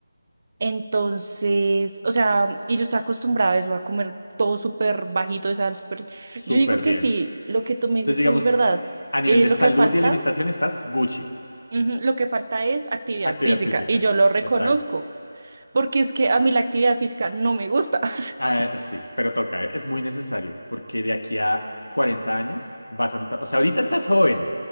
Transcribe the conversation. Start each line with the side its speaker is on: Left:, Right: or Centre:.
Right: Entonces, o sea, y yo estoy acostumbrada a eso, a comer todo súper bajito de sal, súper...
Left: Súper
Right: Yo digo que
Left: bien.
Right: sí, lo que tú me
Left: Entonces,
Right: dices
Left: digamos,
Right: es verdad.
Left: a nivel
Right: Eh,
Left: de
Right: lo
Left: salud
Right: que falta,
Left: y alimentación estás Gucci.
Right: ujú, lo que falta es actividad
Left: Actividad
Right: física
Left: física.
Right: y yo lo reconozco,
Left: Total.
Right: porque es que a mí la actividad física no me gusta. <laughs>
Left: Ah, sí, pero toca, ¿eh? Es muy necesario porque de aquí a 40 años vas a notar, o sea, ahorita estás joven,